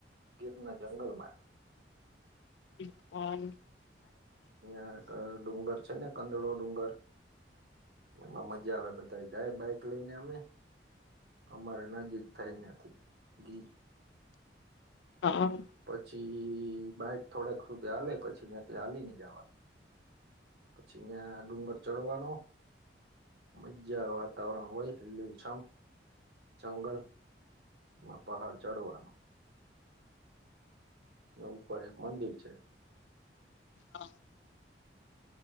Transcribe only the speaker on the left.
ઓ <unintelligible>
હા, હ.
હા.